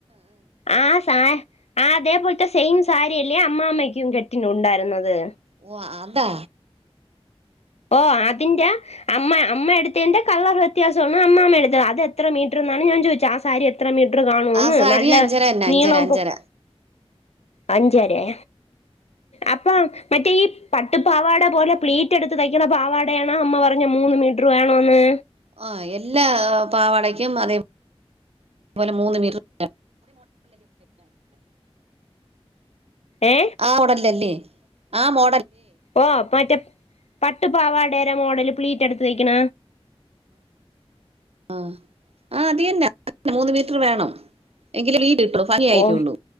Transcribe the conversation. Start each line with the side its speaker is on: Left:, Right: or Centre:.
Left: ആ സാ ആ അതേപോലത്തെ സെയിം സാരിയല്ലേ അമ്മാമ്മയ്ക്കും കെട്ടിനുണ്ടായിരുന്നത്.
Right: ഓ അതാ
Left: ഓ അതിന്റെ അമ്മ അമ്മ എടുത്തതിന്റെ കളർ വ്യത്യാസമാണ് അമ്മാമ്മ എടുത്തത് അത് എത്ര മീറ്റർന്നാണ് ഞാൻ ചോദിച്ചത് ആ സാരി എത്ര മീറ്റർ? ർ കാണൂന്ന്
Right: ആ സാരി
Left: നല്ല
Right: അഞ്ചര തന്നെ
Left: നീളം
Right: അഞ്ചര അഞ്ചര
Left: പൊക്ക അഞ്ചരേ അപ്പ മറ്റേ ഈ പട്ടു പാവാട പോലെ പ്ലീറ്റ് എടുത്ത് തയ്ക്കണ പാവാടയാണോ അമ്മ പറഞ്ഞ മൂന്ന് മീറ്റർ വേണോന്ന്
Right: ആ എല്ലാ പാവാടക്ക ക്കും അതേപോലെ മൂന്ന് മീറ്റ
Left: ഏ
Right: ആ വിടല്ലല്ലേ ആ മോ
Left: ഓ പറ്റ പട്ടു പാവാടരെ മോഡല് പ്ലീറ്റ് എടുത്ത തയ്ക്കണ
Right: ആ ആ അത് തന്നെ മൂന്ന് മീറ്റർ വേണം എങ്കിലും ലീട് ഫനി ആയിട്ടൊള്ളു
Left: ഓ